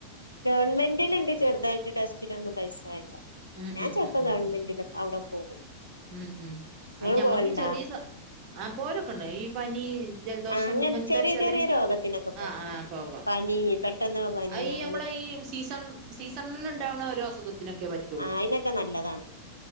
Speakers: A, on the left; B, on the right.
A: ഗവൺമെന്റിൽണ്ട് ചെറുതായിട്ട് ടെസ്റ്റിലൊന്നും. പൈസ വേണ്ട.
B: ഉം
A: ഞാൻ
B: ഉം
A: ചെല
B: ഉം
A: പ്പോ
B: ഉം
A: ഗവൺമെന്റി. അവിടെ പോകും
B: ഉം ഉം
A: നിങ്ങള്
B: അത് ഞമ്മക്ക്
A: പോവലുണ്ടാ
B: ചെറിയ സാധ ആഹ് പോരൊക്കെ ഉണ്ട് ഈ പനി ജലദോഷം
A: ആ അങ്ങനെ
B: ഇങ്ങനത്തെ ചെറിയ
A: <unintelligible>
B: ആഹ് ആഹ് പോവാം
A: പനി പെട്ടെന്നുള്ള പനി
B: അത് ഈ
A: അങ്ങനെ
B: നമ്മളെ ഈ സീസൺ സീസണിൽണ്ടാവുന്ന ഓരോ അസുഖത്തിനൊക്കെ പറ്റും
A: ആഹ് അയിതിനൊക്കെ നല്ലതാണ്